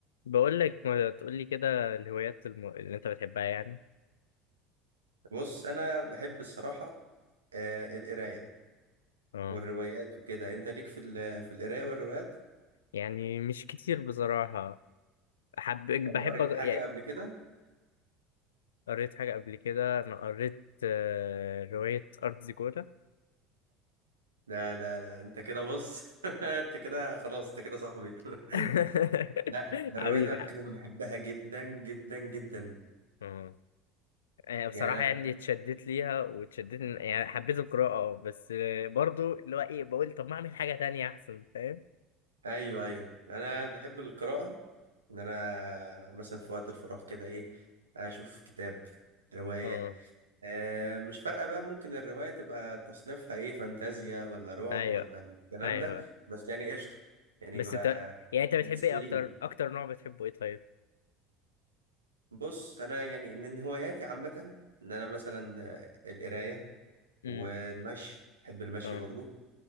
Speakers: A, on the left; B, on the right.
A: بقول لك ما تقول لي كده الهوايات الم... اللي انت بتحبها يعني
B: بص انا بحب الصراحه آه القرايه
A: اه
B: والروايات وكده انت ليك في ال- في القرايه والروايات
A: يعني مش كتير بصراحة حب بحب
B: طب قريت
A: أج...
B: حاجه
A: يعني
B: قبل كده
A: قريت حاجة قبل كده انا قريت آه، رواية أرض زيكولا
B: لا لا لا انت كده بص <laughs> انت كده خلاص انت كده صاحبي
A: <laughs>
B: <laughs> لا الروايه
A: حبيبي
B: دي على فكره انا بحبها جدا جدا جدا
A: اه آه، بصراحة
B: يعني أنا-
A: يعني اتشدت ليها واتشدت إن- يعني حبيت القراءة اه بس آه، برضو اللي هو ايه بقول طب ما اعمل حاجة تانية احسن فاهم
B: ايوه ايوه انا بحب القراءه ان انا مثلا في وقت الفراغ كده ايه اشوف كتاب روايه
A: اه
B: آه، مش فارقة بقى ممكن الرواية تبقى تصنيفها ايه فانتازيا ولا رعب
A: ايوه
B: ولا الكلام
A: ايوه
B: ده بس يعني قشطة يعني
A: بس
B: بقى
A: انت يعني انت
B: بتسليني
A: بتحب ايه اكتر اكتر نوع بتحبه ايه طيب
B: بص أنا يعني من هواياتي عامة إن أنا مثلا آه، القراية
A: امم
B: والمشي بحب المشي
A: اه
B: برضو